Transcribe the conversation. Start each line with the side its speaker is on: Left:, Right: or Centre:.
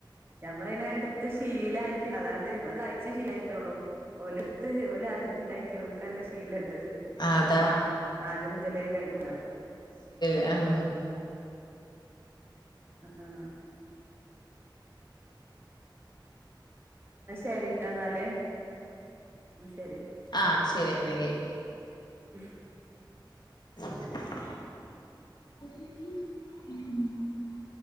Right: ഞമ്മളൈനത് ഇട്ത്ത് ശീലയ്റ്റില്ല കയിച്ച് ശീലയിറ്റൊള്ളു. ഓല്ട്ത്ത് ഓല് അരിഞ്ഞണ്ടാക്കി ഓൽക്കല്ല ശീലണ്ട്. ത്
Left: അതാ
Right: ആദ്യം മുതലേ കൈക്കുലോ
Left: അം
Right: അആഹ് ന്നാ ശെരി ട്ടാ ന്നാല് ന്നാ ശെരി
Left: ആഹ് ശെരി എന്നങ്കി
Right: മ്മ്
Left: <unintelligible>
Right: <unintelligible>
Left: <unintelligible>